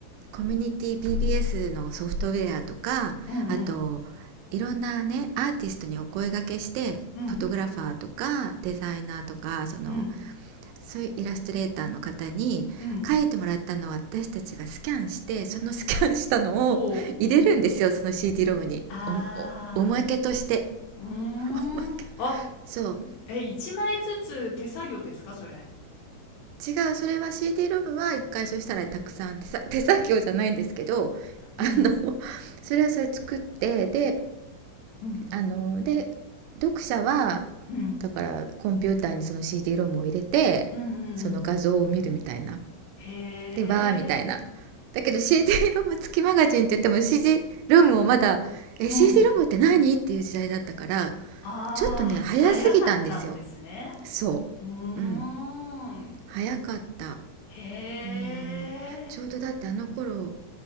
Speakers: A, on the right; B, on the left.
A: コミュニティ BBS のソフトウェアとかあといろんなねアーティストにお声掛けしてフォトグラファーとかデザイナーとかその
B: うんうん。うん。うん。
A: そういうイラストレーターの方に書いてもらったのを私たちがスキャンしてそのスキャンしたのを入れるんですよその
B: うん。おおー。
A: CD ロムにおおおまけとして
B: あー。うーん。
A: <laughs> おまけ
B: あ、
A: そう
B: え、1枚ずつ手作業ですかそれ。
A: 違うそれは CD ロムは一回そしたらたくさん手作手作業じゃないんですけどあの
B: うん。
A: それはそれ作ってで
B: うん。
A: あので読者は
B: うん。
A: だからコンピューターにその CD ロムを入れてその画像を見るみたいな
B: うんうんうん。へえ。
A: でわーみたいなだけど CD ロム付きマガジンって言っても CD ロムをまだえ
B: うん。
A: CD ロムって何っていう時代だったから
B: あー、
A: ちょっとね早すぎたんですよ
B: は早かったんですね。
A: そ
B: うーん。
A: ううん早かった
B: へえ。
A: うんちょうどだってあの頃